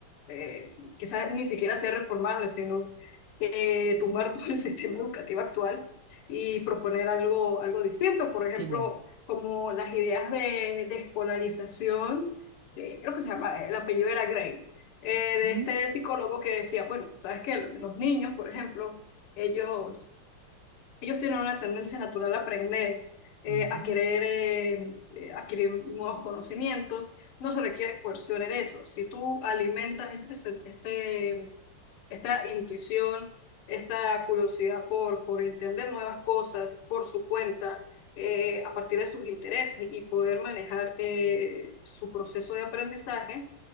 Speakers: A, on the left; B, on the right.
A: eh, quizás ni siquiera sea reformable, sino eh, tumbar <laughs> todo el sistema educativo actual y proponer algo, algo distinto. Por ejemplo,
B: Tipo,
A: como las ideas de, de escolarización, de- creo que se llama, el apellido era Gray, eh, de
B: ¿mm?
A: este psicólogo que decía, bueno, sabes que los niños, por ejemplo, ellos ellos tienen una tendencia natural a aprender, eh,
B: Ujú,
A: a querer eh, eh, adquirir nuevos conocimientos. No se requiere coerción en eso. Si tú alimentas este, se- este, esta intuición, esta curiosidad por, por entender nuevas cosas por su cuenta, eh, a partir de sus intereses y poder manejar eh, su proceso de aprendizaje,